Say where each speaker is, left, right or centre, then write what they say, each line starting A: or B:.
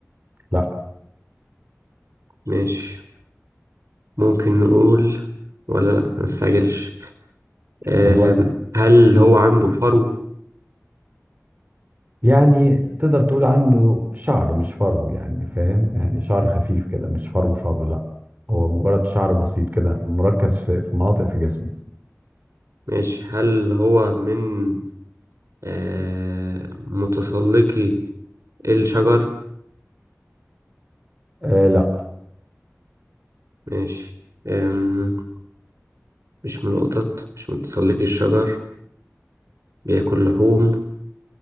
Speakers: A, on the right; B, on the right.
A: لا
B: ماشي ممكن نقول ولا لا مستعجلش آم،
A: خد وقتك
B: هل هو عنده فرو
A: يعني تقدر تقول عنه شعر مش فرو يعني فاهم يعني شعر خفيف كده مش فرو فرو لا هو مجرد شعر بسيط كده مركز في في مناطق في جسمه
B: ماشي هل هو من آه، متسلقي الشجر
A: آه لا
B: ماشي آم، مش من القطط مش من متسلقي الشجر بياكل لحوم